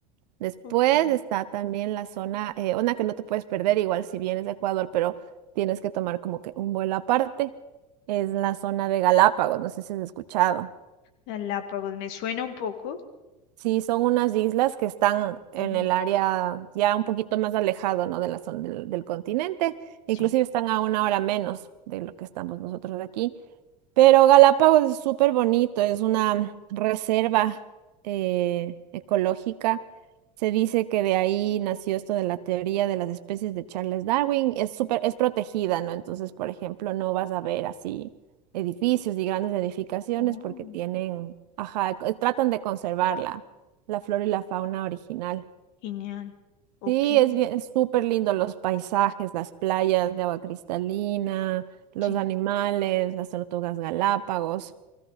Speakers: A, on the right; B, on the left.
A: Después
B: ok.
A: está también la zona, eh, una que no te puedes perder, igual si vienes de Ecuador, pero tienes que tomar como que un vuelo aparte, es la zona de Galápagos, no sé si has escuchado.
B: Galápagos, me suena un poco.
A: Sí, son unas islas que están en
B: mm,
A: el área ya un poquito más alejado, ¿no? de la zona del, del continente. Inclusive
B: sí.
A: están a una hora menos de lo que estamos nosotros de aquí. Pero Galápagos es súper bonito, es una reserva eh, ecológica. Se dice que de ahí nació esto de la teoría de las especies de Charles Darwin. Es súper, es protegida, ¿no? Entonces, por ejemplo, no vas a ver así edificios y grandes edificaciones
B: Oh,
A: porque tienen, ajá, eh, tratan de conservarla. La flora y la fauna original.
B: genial. Ok,
A: Sí, es bien, es súper lindo los paisajes, las playas de agua cristalina, los
B: sí.
A: animales, las tortugas Galápagos.